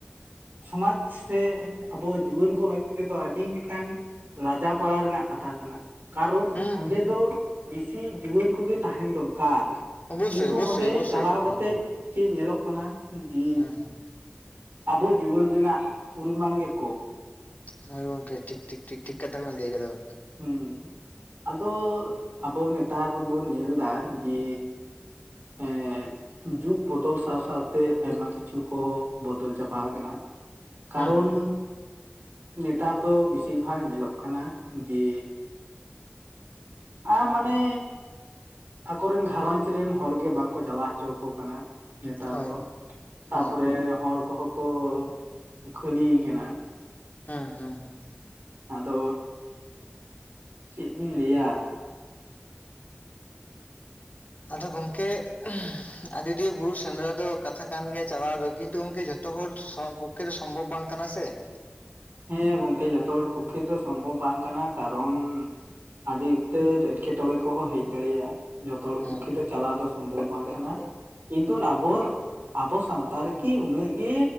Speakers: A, on the right; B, on the left.
A: ᱥᱚᱢᱟᱡᱽ ᱥᱮ ᱟᱵᱚ ᱡᱩᱣᱟᱹᱱ ᱠᱚ ᱞᱟᱹᱜᱤᱫ ᱛᱮᱫᱚ ᱟᱹᱰᱤ ᱢᱤᱫᱴᱟᱝ ᱞᱟᱡᱟᱯᱟᱲᱟ ᱨᱮᱱᱟᱜ ᱠᱟᱛᱷᱟ ᱠᱟᱱᱟ ᱠᱟᱨᱚᱱ
B: ᱦᱩᱸ
A: ᱚᱸᱰᱮ
B: ᱦᱩᱸ
A: ᱫᱚ ᱵᱤᱥᱤ ᱡᱩᱣᱟᱹᱱ ᱠᱚᱜᱮ ᱛᱟᱦᱮᱱ ᱫᱚᱨᱠᱟᱨ,
B: ᱚᱵᱚᱥᱥᱳᱭ
A: ᱠᱤᱱᱛᱩ
B: ᱚᱵᱚᱥᱥᱳᱭ
A: ᱚᱸᱰᱮ
B: ᱚᱵᱚᱥᱥᱳᱭ
A: ᱪᱟᱞᱟᱣ
B: ᱦᱮᱸ
A: ᱠᱟᱛᱮᱜ
B: ᱦᱮᱸ
A: ᱪᱮᱫ ᱧᱮᱞᱚᱜ ᱠᱟᱱᱟ ᱡᱮ
B: ᱦᱮᱸ ᱦᱮᱸ
A: ᱟᱵᱚ ᱡᱩᱣᱟᱹᱱ ᱨᱮᱱᱟᱜ ᱯᱚᱨᱤᱢᱟᱱ ᱜᱮ ᱠᱚᱢ ᱾
B: ᱦᱮᱸ ᱜᱚᱢᱠᱮ ᱴᱷᱤᱠ ᱴᱷᱤᱠ ᱴᱷᱤᱠ ᱴᱷᱤᱠ ᱠᱟᱛᱷᱟ ᱵᱮᱱ ᱞᱟᱹᱭ ᱟᱠᱟᱫᱟ ᱜᱚᱢᱠᱮ
A: ᱦᱮᱸ ᱟᱫᱚ ᱟᱵᱚ ᱱᱮᱛᱟᱨ ᱵᱩᱱ ᱧᱮᱞ ᱮᱫᱟ ᱡᱮ
B: <inaudible>
A: ᱮᱸ ᱡᱩᱜᱽ ᱵᱚᱫᱚᱞ ᱥᱟᱶ ᱥᱟᱶᱛᱮ ᱟᱭᱢᱟ ᱠᱤᱪᱷᱩ ᱠᱚᱦᱚᱸ ᱵᱚᱫᱚᱞ ᱪᱟᱵᱟᱣ ᱠᱟᱱᱟ ᱾ ᱠᱟᱨᱚᱱ
B: ᱦᱮᱸ
A: ᱱᱮᱛᱟᱨ ᱫᱚ ᱵᱮᱥᱤᱨ ᱵᱷᱟᱜᱽ ᱧᱮᱞᱚᱜ ᱠᱟᱱᱟ ᱡᱮ ᱟᱨ ᱢᱟᱱᱮ ᱟᱠᱚᱨᱮᱱ ᱜᱷᱟᱨᱚᱸᱡᱽ ᱨᱮᱱ ᱦᱚᱲ ᱜᱮ ᱵᱟᱝ ᱠᱚ ᱪᱟᱞᱟᱣ ᱦᱚᱪᱚ ᱟᱠᱚ ᱠᱟᱱᱟ᱾ ᱱᱮᱛᱟᱨ
B: ᱦᱳᱭ
A: ᱫᱚ ᱛᱟᱯᱚᱨᱮ
B: ᱦᱳᱭ
A: ᱦᱚᱲ ᱠᱚᱦᱚᱸ ᱠᱚ ᱠᱷᱟᱹᱞᱤᱭ ᱠᱟᱱᱟ᱾
B: ᱦᱮᱸ᱾ ᱦᱮᱸ ᱦᱮᱸ
A: ᱟᱫᱚ ᱪᱮᱫ ᱵᱤᱱ ᱞᱟᱹᱭᱟ?
B: ᱟᱫᱚ ᱜᱚᱢᱠᱮ ᱟᱡᱚᱫᱤᱭᱟᱹ ᱵᱩᱨᱩ ᱥᱮᱸᱫᱽᱨᱟ ᱫᱚ ᱠᱟᱛᱷᱟ ᱠᱟᱱ ᱜᱮᱭᱟ ᱪᱟᱞᱟᱣ ᱫᱚ, ᱠᱤᱱᱛᱩ ᱜᱚᱢᱠᱮ ᱡᱷᱚᱛᱚ ᱦᱚᱲ ᱯᱚᱠᱠᱷᱮ ᱫᱚ ᱥᱚᱢᱵᱷᱚᱵ ᱵᱟᱝ ᱠᱟᱱᱟ ᱥᱮ᱾ <inaudible>
A: ᱦᱮᱸ ᱜᱚᱢᱠᱮ ᱡᱷᱚᱛᱚ ᱦᱚᱲ ᱯᱩᱠᱠᱷᱮ ᱫᱚ ᱥᱚᱢᱵᱷᱚᱵ ᱵᱟᱝ ᱠᱟᱱᱟ, ᱠᱟᱨᱚᱱ ᱟᱹᱰᱤ ᱮᱸᱴᱠᱮᱴᱚᱬᱮ ᱠᱚᱦᱚᱸ ᱦᱮᱡ ᱫᱟᱲᱮᱭᱟᱜᱼᱟ, ᱡᱷᱚᱛᱚ ᱦᱚᱲ
B: ᱦᱮᱸ ᱦᱮᱸ
A: ᱯᱚᱠᱠᱷᱮ ᱫᱚ ᱪᱟᱞᱟᱣ ᱫᱚ ᱥᱚᱢᱵᱷᱚᱵ ᱵᱟᱝ ᱠᱟᱱᱟ᱾ ᱠᱤᱱᱛᱩ ᱟᱵᱚ
B: ᱦᱮᱸ
A: ᱟᱵᱚ ᱥᱟᱶᱛᱟ ᱨᱮᱠᱤ ᱩᱱᱟᱹᱜ ᱜᱮ